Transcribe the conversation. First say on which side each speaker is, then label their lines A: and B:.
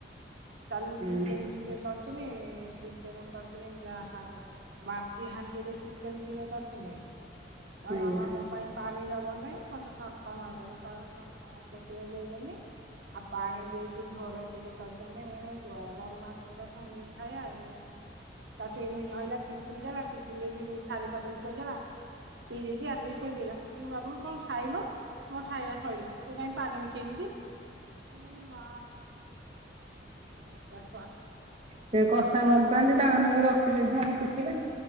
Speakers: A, on the right (about 85°); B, on the right (about 40°).
A: କାଲି
B: ହୁଁ
A: ଚିକେନ ଟିକେ ଚ ଥିନି ଚିକେନ କରିଥିନି ଯାହା ହାଲ ମାଟି ହାଣ୍ଡି ରେ ଚିକେନ କିଲେ କରିଥିନୀ। ନା
B: ଆଜ୍ଞା
A: ମାମା ମୋ ପାଇଁ। ପାଣି ଦବ ନାହିଁ ମୋତେ <unintelligible> ମାରୁ ମୁଁ କହିଲି <unintelligible> ଦେଖିକି ଦେଇଦେମି। ଆଉ ପାଣି ଦେଇକି ଝୋଳ ଟିକେ ତ। <unintelligible> ଗରମଭାତ ଟା କଣ ମିଠା ହେଇଯାଏ ମି। ତାକୁ ଏମିତି ଧଇଲା ଚିପୁଡ଼ି ଦେଲା ଚିପୁଡ଼ି ଦେଇକି ଥାଳି ପାଖରେ ଥୋଇଦେଲା। ଥୋଇଦେଇକି ଆସିକି ଶୋଇ ପଇଲା ମୁଁ କହିନି ବାବୁନୁ ଙ୍କ ଖାଇନୁ। ମୋ ଖାଇଆ ଶଇଲା ତୁ କାହିଁ ପାନି ମିଶେଇଲୁ କି। ମୁଁ କହିନି ମା ଏମିତିଆ ଛୁଆ।
B: ସେ କଷା ଭଲ ପାଆନ୍ତି ତାଙ୍କ ନାଇକି ରଖି ଦେଇଥାନ୍ତି ଶୁଖିଲା।